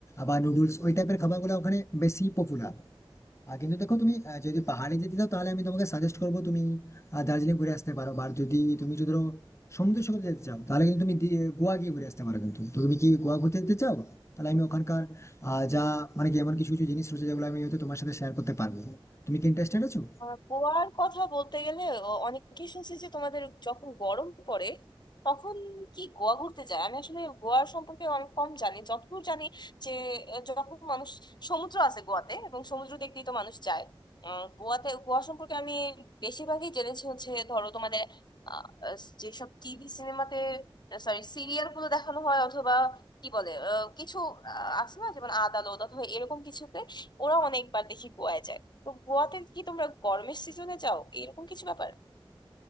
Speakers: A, on the left; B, on the left.
A: বা নুডলস ওই টাইপের খাবারগুলো ওখানে বেশি পপুলার আহ, কিন্তু দেখো তুমি আহ, যদি পাহাড়ে যেতে চাও তাহলে আমি তোমাকে সাজেস্ট করবো তুমি আহ, দার্জিলিং ঘুরে আসতে পারো আর যদি তুমি যদি ধরো সমুদ্র সৈকতে যেতে চাও তাহলে কিন্তু তুমি দি- গোয়া গিয়ে ঘুরে আসতে পারো কিন্তু তো তুমি কি গোয়া ঘুরতে যেতে চাও তাহলে আমি ওখানকার আহ, যা মানে কি এমন কিছু কিছু জিনিস রয়েছে যেগুলো আমি হয়তো তোমার সাথে শেয়ার করতে পারবো তুমি কি ইন্টারেস্টেড আছো
B: আহ, গোয়ার কথা বলতে গেলে অ- অনেকেই শুনছি যে তোমাদের যখন গরম পড়ে তখন কি গোয়া ঘুরতে যায় আমি আসলে গোয়ার সম্পর্কে অনেক কম জানি যতদূর জানি যে আহ, যখন মানুষ সমুদ্র আছে গোয়াতে এবং সমুদ্র দেখতেই তো মানুষ যায় আহ, গোয়াতে গোয়া সম্পর্কে আমি বেশিরভাগই জেনেছি হচ্ছে ধরো তোমাদের আহ, আহ, যেসব টিভি সিনেমাতে সরি সিরিয়াল গুলো দেখানো হয় অথবা কি বলে আহ, কিছু আহ, আছে না যেমন আদালত অথবা এরকম কিছুতে ওরা অনেকবার দেখি গোয়ায় যায় তো গোয়াতে কি তোমরা গরমের সিজনে যাও এরকম কিছু ব্যাপার